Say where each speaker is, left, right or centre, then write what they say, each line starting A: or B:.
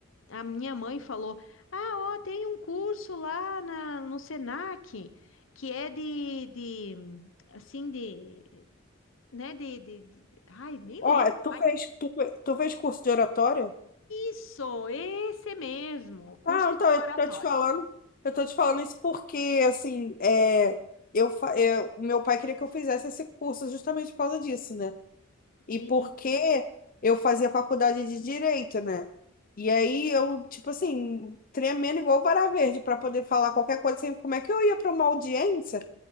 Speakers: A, on the left (about 70°); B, on the left (about 45°).
A: A minha mãe falou: Ah, ó, tem um curso lá na, no Senac, que é de, de, assim, de, né, de, de, de- ai, nem
B: Ó,
A: lembro
B: é, tu
A: mais.
B: fez, tu, fe- tu fez curso de oratória?
A: Isso, esse mesmo, curso
B: Ah,
A: de
B: então,
A: oratório.
B: eu tô te falando, eu tô te falando isso porque, assim, é, eu, fa- eu, o meu pai queria que eu fizesse esse curso justamente por causa disso, né? E
A: Isso,
B: porque eu fazia faculdade de Direito, né? E aí eu, tipo assim, tremendo igual vara verde para poder falar qualquer coisa, assim, como é que eu ia para uma audiência?